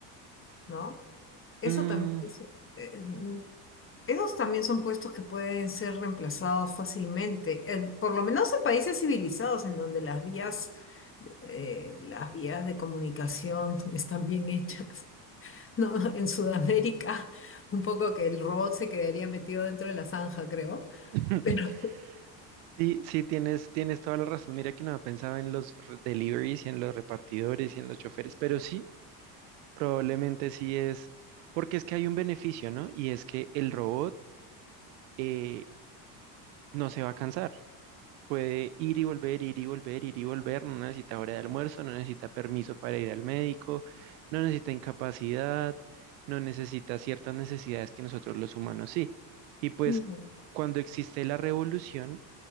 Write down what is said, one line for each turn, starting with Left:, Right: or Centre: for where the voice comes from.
Left: ¿no? Eso
Right: Mm,
Left: también es- eh, mm, esos también son puestos que pueden ser reemplazados fácilmente, en- por lo menos en países civilizados en donde las vías, eh, las vías de comunicación <laughs> están bien hechas. No, <laughs> en Sudamérica, un poco que el robot se quedaría metido dentro de la zanja, creo.
Right: <laughs>
Left: Pero
Right: Sí, sí, tienes, tienes toda la razón. Mira que no había pensado en los re- deliveries y en los repartidores y en los choferes, pero sí, probablemente sí es, porque es que hay un beneficio, ¿no? Y es que el robot eh, no se va a cansar. Puede ir y volver, ir y volver, ir y volver, no necesita hora de almuerzo, no necesita permiso para ir al médico, no necesita incapacidad, no necesita ciertas necesidades que nosotros los humanos sí. Y pues
Left: no,
Right: cuando existe la revolución,